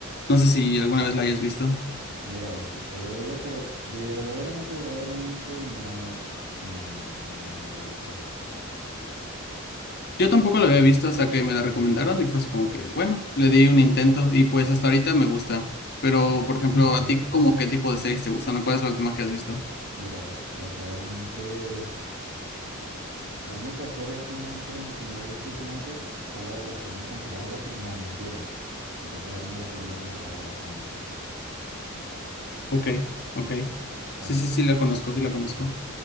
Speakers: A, on the left (about 50°); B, on the right (about 55°).
A: No sé si alguna vez la hayas visto.
B: Mira, escuché de ella, pero verdaderamente, verdaderamente no, no, no, no, no la he visto.
A: Yo tampoco la había visto hasta que me la recomendaron y fue así como que, bueno, le di un intento y pues hasta ahorita me gusta. Pero, por ejemplo, ¿a ti como qué tipo de series te gustan o cuál es la última que has visto?
B: Mira, verdaderamente, la única serie así mainstream que me he visto últimamente fue la de la segunda temporada de Loki. No, mentira. Empecé a verme la segunda temporada de Arcane.
A: Ok, ok.
B: An-
A: Sí, sí, sí, la conozco, sí la conozco.